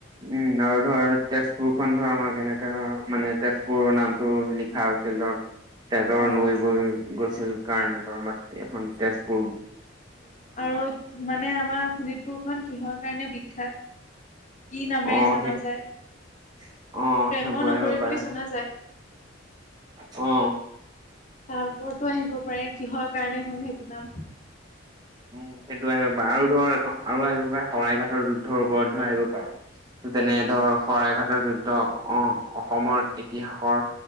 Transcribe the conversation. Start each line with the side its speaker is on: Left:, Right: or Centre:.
Right: উম আৰু ধৰ তেজপুৰ খন ধৰ আমাৰ কেনেকে মানে তেজপুৰৰ নামটো লি - খা হৈছিল ধৰ। তেজৰ
Left: অ
Right: নৈ বৈ গৈছিল কাৰণে ধৰ মাত এখন তেজপুৰ -
Left: আৰু মানে আমাৰ শোণিতপুৰখন কিহৰ কাৰণে বিখ্যাত? কি নামেৰে
Right: অ',
Left: জনা
Right: সেই
Left: যায়
Right: অ',
Left: প্ৰেমৰ
Right: সেইবোৰ আহিব
Left: নগৰী
Right: পাৰে
Left: বুলি জনা যায়
Right: অ
Left: তাৰ ওপৰতো আহিব পাৰে কিহৰ কাৰণে হ'ল সেইটো নাম
Right: উম সেইটো আহিব পায় আৰু ধৰ এখ আৰু আহিব পায় শৰাই ঘাটৰ যুদ্ধৰ ওপৰটো আহিব পায় যেনে ধৰ শৰাইঘাটৰ যুদ্ধ অহ অসমৰ ইতিহাসৰ